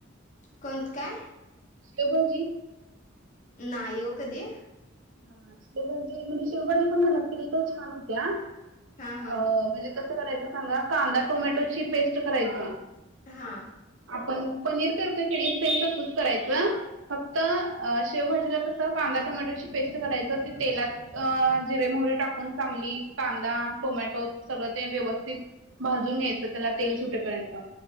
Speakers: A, on the left (about 40°); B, on the right (about 80°).
A: कंद काय?
B: शेवभाजी
A: नाही ओ कधी.
B: हा शेवभजी म्हणजे शेवभाजी पण घरात केली तर छान होते हा अह
A: हा हा
B: म्हणजे कसं करायचं सांगा, कांदा टोमॅटो ची पेस्ट करायचं
A: हा.
B: आपण पनीर करतोय की नाय सेम तसच करायचं फक्त अह शेवभाजीला कस कांदा टोमॅटोची पेस्ट घालायचं असत तेलात अह जिरे मोहरी टाकून चांगली कांदा, टोमॅटो सगळं ते व्यवस्थित भाजून घ्यायचं त्याला तेल सुटेपर्यंत.